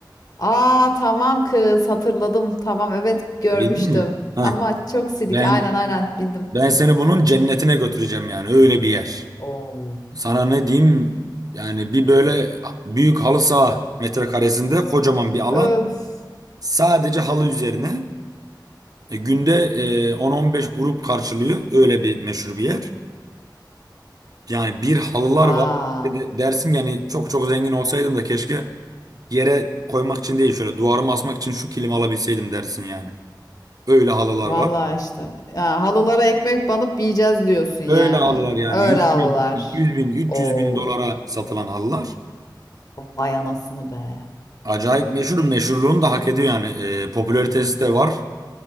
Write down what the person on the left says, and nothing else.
Aa tamam kız hatırladım. Tamam evet görmüştüm.
Ama çok silik
aynen aynen bildim.
Oo.
Öf.
Va.
Valla
işte. Ya, halılara ekmek banıp yiyeceğiz diyorsun yani.
Öyle
halılar.
Oo.
Vay anasını be.